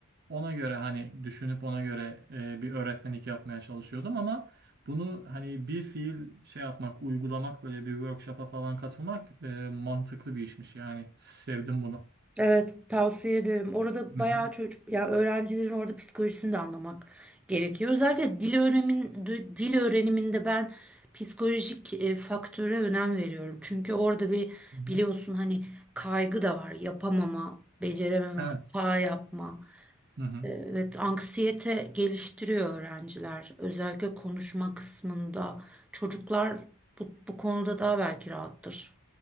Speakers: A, on the right; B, in the centre.
A: ona göre hani düşünüp ona göre e, bir öğretmenlik yapmaya çalışıyordum ama bunu hani bir fiil şey yapmak, uygulamak böyle bir workshop'a falan katılmak e, mantıklı bir işmiş. Yani sevdim bunu.
B: Evet, tavsiye ederim. Orada
A: Hı
B: bayağı
A: hı,
B: çocuk, yani öğrencilerin orada psikolojisini de anlamak gerekiyor. Özellikle dil öğrenin, dü- dil öğreniminde ben psikolojik e, faktöre önem veriyorum. Çünkü orada bir
A: hı hı.
B: biliyorsun hani kaygı da var, yapamama, becerememe,
A: Evet.
B: hata yapma.
A: Hı hı.
B: E, Evet, anksiyete geliştiriyor öğrenciler. Özellikle konuşma kısmında çocuklar bu, bu konuda daha belki rahattır.